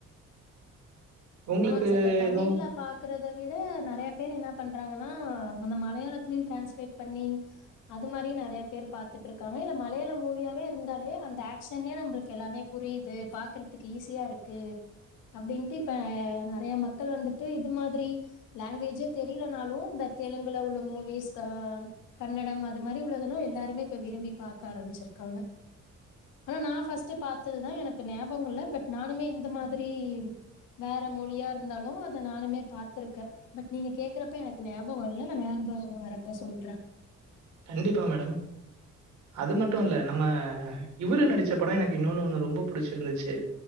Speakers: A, on the right; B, on the left.
A: உங்களுக்கு
B: ஆமாங் சார் இப்ப தமிழ்ல
A: எதுவும்
B: பா க்றத விட நறைய பேர் என்ன பண்றாங்கன்னா அந்த மலையாளத்திலையு டிரான்ஸ்லேட் பண்ணி அது மாதிரியு நறைய பேர் பாத்துட்ருக்காங்க இல்ல மலையாள மூவியாவே இருந்தாலே அந்த ஆக்ஷனே நம்ளுக்கு எல்லாமே புரியுது பாக்குறதுக்கு ஈஸியா இருக்கு அப்டின்ட்டு இப்ப அ நறைய மக்கள் வந்துட்டு இது மாதிரி லாங்குவேஜ்ஜே தெரியிலனாலு இந்த தெலுங்குல உள்ள மூவிஸ் கா கன்னடம் அது மாதிரி உள்ளதெல்லா எல்லாருமே இப்ப விரும்பி பாக்க ஆரம்பிச்சிருக்காங்க ஆனா நான் ஃபஸ்ட்டு பார்த்ததுதா எனக்கு ஞாபகோ இல்ல பட் நானுமே இந்த மாதிரி வேற மொழியா இருந்தாலு அத நானுமே பாத்ருக்கே பட் நீங்க கேக்குறப்ப எனக்கு ஞாபகோ இல்ல நா ஞாபகோ வரப்ப சொல்றே
A: கண்டிப்பா மேடம் அது மட்டு இல்ல நம்ம இவுரு நடிச்ச படோ எனக்கு இன்னொன்னு ஒண்ணு ரொம்ப புடிச்சிருந்துச்சு